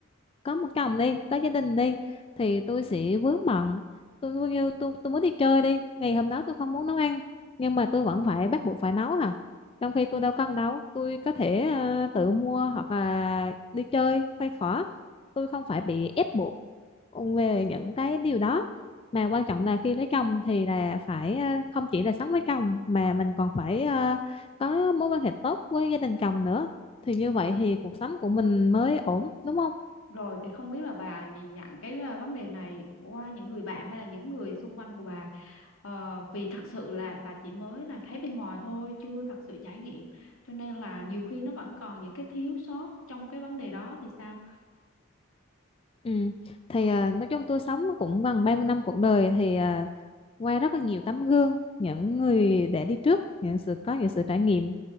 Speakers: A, on the left (about 25°); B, on the left (about 80°).
A: có một chồng đi có gia đình đi thì tôi sẽ vướng bận tôi coi như tôi tôi muốn đi chơi đi ngày hôm đó tôi không muốn nấu ăn nhưng mà tôi vẫn phải bắt buộc phải nấu hả trong khi tôi đâu cần đâu tôi có thể ờ, tự mua hoặc là đi chơi khoai khỏa tôi không phải bị ép buộc về những cái điều đó mà quan trọng là khi lấy chồng thì là phải ờ, không chỉ là sống với chồng mà mình còn phải ờ, có mối quan hệ tốt với gia đình chồng nữa thì như
B: Ừ.
A: vậy thì cuộc sống của mình mới ổn đúng không?
B: Rồi thì không biết là bà nhìn nhận cái à, vấn đề này qua những người bạn hay là những người xung quanh của bà Ờ, vì thật sự là bà chỉ mới là thấy bên ngoài thôi, chưa thật sự trải nghiệm. Cho nên là nhiều khi nó vẫn còn những cái thiếu sót trong cái vấn đề đó thì sao?
A: Ừ. Thì à, nói chung tôi sống cũng gần 30 năm cuộc đời thì à, qua rất là nhiều tấm gương những người để đi trước những sự có những sự trải nghiệm